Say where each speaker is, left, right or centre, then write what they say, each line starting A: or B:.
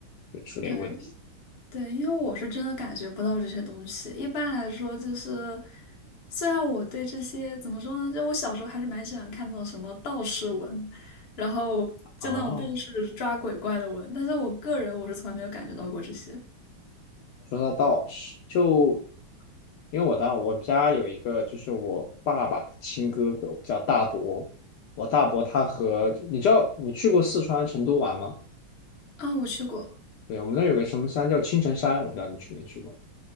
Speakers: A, on the left; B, on the left.
A: 就出点问题。
B: 对对，因为我是真的感觉不到这些东西。一般来说，就是虽然我对这些怎么说呢，就我小时候还是蛮喜欢看那种什么道士文，然后就那种电视抓鬼怪的文，
A: 啊。
B: 但是我个人我是从来没有感觉到过这些。
A: 说到道士，就因为我当我们家有一个就是我爸爸的亲哥哥叫大伯，我大伯他和你知道你去过四川成都玩吗？
B: 啊，我去过。
A: 对，我们那儿有个什么山叫青城山，我不知道你去没去过。